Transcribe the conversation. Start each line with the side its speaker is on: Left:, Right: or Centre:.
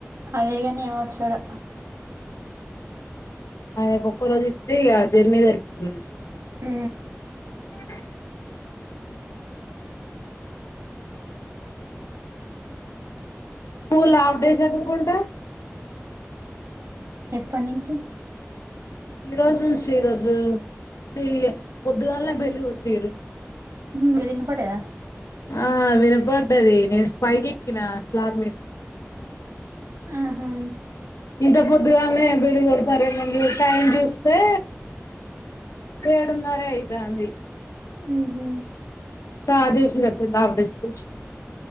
Right: అదే గాని ఏం ఒస్సడో
Left: ఆయనకు ఒక్క రోజు ఇస్తే ఇగ జర్నీ సరిపోతది
Right: ఊ
Left: <inaudible> స్కూల్ హాఫ్ డేసే అనుకుంటా
Right: ఎప్పన్నుంచి
Left: ఈ రోజు నుంచి, ఈరోజు పీ యె పొద్దుగాల్నే బెల్లు గొట్టీరు.
Right: మీరు ఇన్నపడ్డయ
Left: ఆ వినపడ్డదీ, నేను పైకి ఎక్కినా స్లాబ్ మి.
Right: ఆహా
Left: ఇంత పొద్దుగాల్నే బిడిల్ కొడతారేంటండి టైం జూస్తే ఏడున్నరే ఐతాంది
Right: ఊహు
Left: స్టార్ట్ జేసిర <unintelligible> హాఫ్డే స్కూల్స్